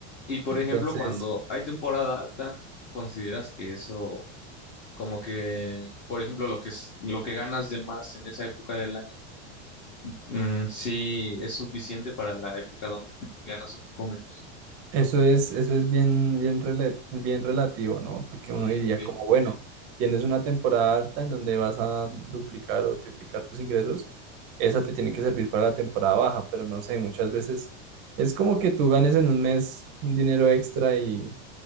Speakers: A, on the left; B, on the right.
A: Y por
B: Entonces,
A: ejemplo, cuando hay temporada alta, ¿consideras que eso, como que, por ejemplo, lo que es, lo que ganas de más en esa época del año, mm, sí es suficiente para la época donde ganas un poco menos?
B: Eso es, eso es bien, bien, rela- bien relativo, ¿no? Porque
A: Mm,
B: uno diría
A: ok.
B: como, bueno, tienes una temporada alta en donde vas a duplicar o triplicar tus ingresos, esa te tiene que servir para la temporada baja, pero no sé, muchas veces es como que tú ganes en un mes un dinero extra y